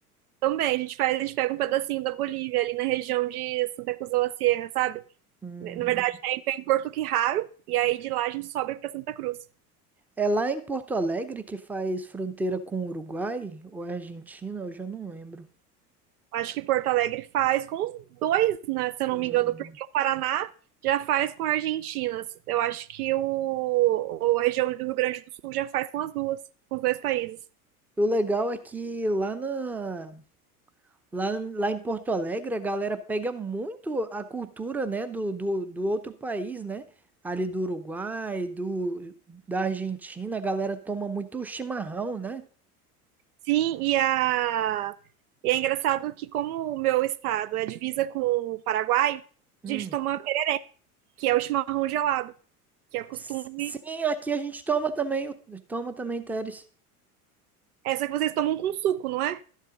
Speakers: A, on the right (about 70°); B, in the centre.
A: Também, a gente faz, a gente pega um pedacinho da Bolívia ali na região de Santa Cruz de la Sierra, sabe?
B: Hum,
A: Na verdade, é em Porto Quirraro, e aí de lá a gente sobe para Santa Cruz.
B: é lá em Porto Alegre que faz fronteira com o Uruguai ou é Argentina, eu já não lembro.
A: Acho que Porto Alegre faz com os dois, né, se eu não
B: Hum,
A: me engano, porque o Paraná já faz com a Argentina. Eu acho que o, a região do Rio Grande do Sul já faz com as duas, com os dois países.
B: O legal é que lá na, Lá, lá em Porto Alegre, a galera pega muito a cultura, né, do, do, do outro país, né? Ali do Uruguai, do, da Argentina, a galera toma muito chimarrão, né?
A: Sim, e, a, e é engraçado que como o meu estado é divisa com o Paraguai,
B: Hum.
A: a gente toma, que é o chimarrão gelado, que é costume.
B: S- Sim, aqui a gente toma também, o- toma também, Teres.
A: Essa que vocês tomam com suco, não é?